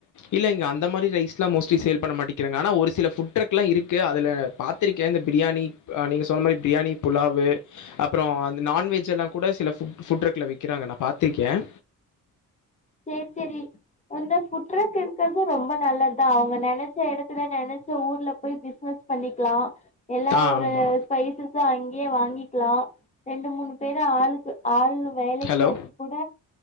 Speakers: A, on the left; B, on the left.
A: இல்ல இங்க அந்த மாரி ரைஸ்லாம் மோஸ்ட்லி சேல் பண்ண மாட்டிகிறாங்க ஆனா ஒரு சில ஃபுட் ட்ரக்லா இருக்கு அதுல பாத்திருக்க அந்த பிரியாணி நீங்க சொன்ன மாரி பிரியாணி புலாவு அப்றோ அந்த நான்வெஜ் எல்லா கூட சில ஃபுட் ஃபுட்ரக்கில விக்கிறாங்க நா பாத்துருக்கேன்
B: சேரி சேரி இந்த ஃபுட் ட்ரக் இருக்குறதும் ரொம்ப நல்லதுதான் அவுங்க நினைச்ச இடத்து இது நினைச்ச ஊர்ல போய் பிசினஸ் பண்ணிக்கலாம் எல்லா
A: ஆ
B: ஒரு
A: ஆமா.
B: ஸ்பைசஸும் அங்கயே வாங்கிக்கலாம் ரெண்டு மூணு பேரு ஆளுக்கு ஆள் வேலைக்கு
A: ஹலோ,
B: வச்சு கூட